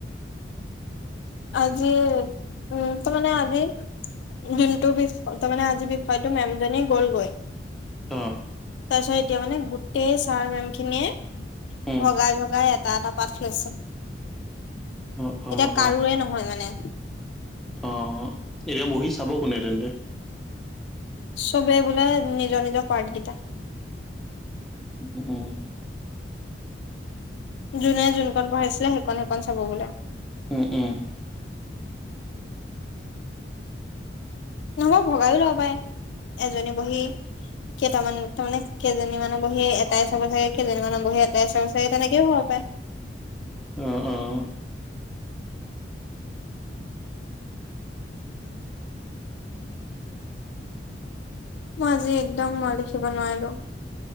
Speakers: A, on the left; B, in the centre.
A: আজি উম তো মানে আজি যোনটো বিষয় তাৰমানে আজিৰ বিষয়টোত মেমজনী গ'লগৈ।
B: অহ
A: তাৰ পিছত এতিয়া মানে গোটেই ছাৰ, মেম খিনিয়ে
B: উম,
A: ভগাই ভগাই এটা এটা পাঠ লৈছে।
B: অ', অ',
A: এতিয়া কাৰোৰে নহয় মানে।
B: অহ এতিয়া বহি চাব কোনে তেন্তে?
A: চবেই বোলে নিজৰ নিজৰ পাৰ্ট কেইটা
B: উহ উম উম।
A: যোনে যোন কণ পঢ়াইছিলে সেইকণ- সেইকণ চাব বোলে।
B: উম, উম।
A: নহয় ভগাইয়ো ল'ব পায় এজনী বহি। কেইটামান তাৰমানে, কেইজনীমানৰ বহি এটাই চাব চাগে, কেইজনীমানৰ বহি এটাই চাব চাগে তেনেকেও হ'ব পায়।
B: অ, অ।
A: মই আজি একদম মই লিখিব নোৱাৰিলোঁ।